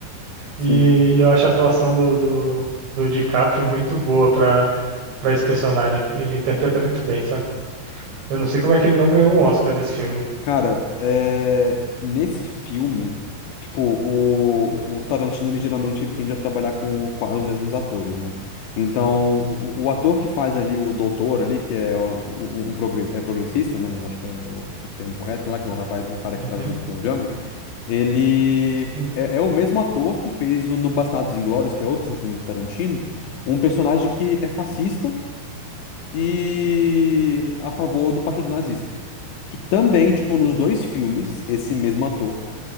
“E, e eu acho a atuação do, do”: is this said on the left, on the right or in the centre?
Right